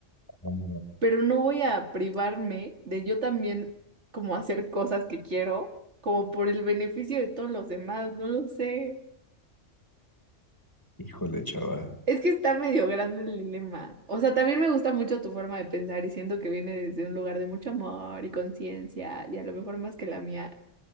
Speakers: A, on the left (about 15°); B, on the right (about 65°).
A: Ajá.
B: Pero no voy a privarme de yo también como hacer cosas que quiero, como por el beneficio de todos los demás, no lo sé.
A: Híjole, chava.
B: Es que está medio grande el dilema. O sea, también me gusta mucho tu forma de pensar y siento que viene desde un lugar de mucho amor y conciencia y a lo mejor más que la mía.